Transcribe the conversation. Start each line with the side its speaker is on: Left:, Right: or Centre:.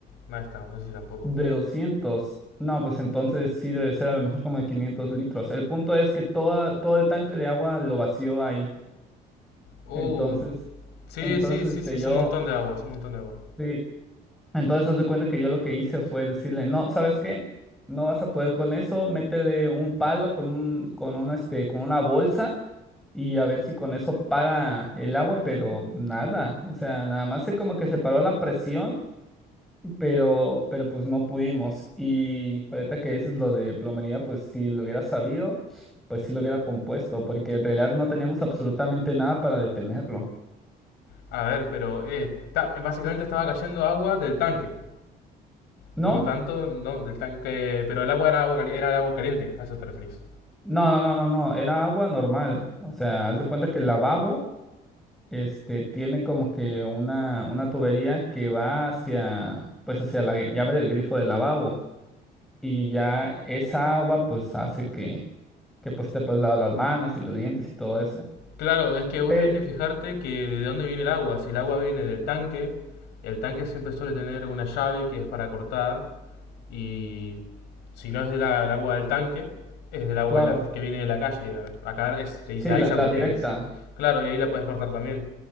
Left: No está, no sé si tampoco.
Centre: De doscientos No, pues entonces sí debe ser a lo mejor como de 500 litros. El punto es que toda, todo el tanque de agua lo vació ahí.
Left: Uh,
Centre: Entonces,
Left: sí,
Centre: entonces
Left: sí, sí,
Centre: este
Left: sí, es
Centre: yo...
Left: un montón de agua, es un montón de agua.
Centre: sí, Entonces, haz de cuenta que yo lo que hice fue decirle, no, ¿sabes qué? No vas a poder con eso, métele un palo con un, con una, este, con una bolsa y a ver si con eso para el agua, pero nada, o sea, nada más se como que se paró la presión, pero, pero pues no pudimos. Y ahorita que dices lo de plomería, pues si lo hubiera sabido, pues sí lo hubiera compuesto, porque en realidad no teníamos absolutamente nada para detenerlo.
Left: A ver, pero eh, ta- básicamente estaba cayendo agua del tanque.
Centre: No,
Left: Por lo tanto, no, del tanque. Pero el agua era agua cali- era el agua caliente, a eso te referís.
Centre: no, no, no, no, no, era agua normal, o sea, haz de cuenta que el lavabo este, tiene como que una, una tubería que va hacia, pues hacia la llave del grifo del lavabo y ya esa agua pues hace que, que pues te puedes lavar las manos y los dientes y todo eso.
Left: Claro, es que vos
Centre: Pero,
Left: tenés que fijarte que de dónde viene el agua. Si el agua viene del tanque, el tanque siempre suele tener una llave que es para cortar. Y si no es del el agua del tanque, es del agua
Centre: claro,
Left: de la- que viene de la calle. Acá es- se dice
Centre: sí,
Left: AISA
Centre: la, la
Left: porque
Centre: directa,
Left: es. Claro, y ahí la puedes cortar también.